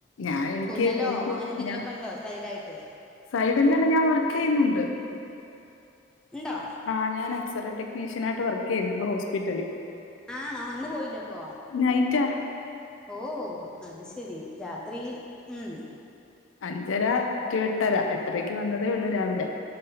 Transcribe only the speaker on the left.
ഞാൻ എനിക്ക്
എനിക്ക്
ഞ
സൈഡല്ലണ് ഞാൻ വർക്ക് ചെയ്യുന്നുണ്ട്
ആ ഞാൻ എക്സറേ ടെക്നീഷ്യൻായിട്ട് വർക്ക് ചെയ്യുന്നുണ്ട് ഹോസ്പിറ്റലിൽ
നൈറ്റാ
അഞ്ചര ടു എട്ടര എട്ടരക്ക് വന്നതേയുള്ളൂ രാവിലെ